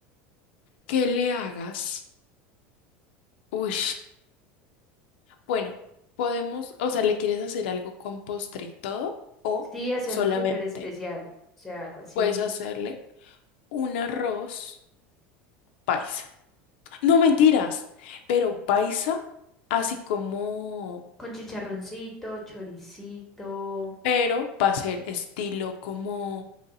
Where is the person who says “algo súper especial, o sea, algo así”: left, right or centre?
Centre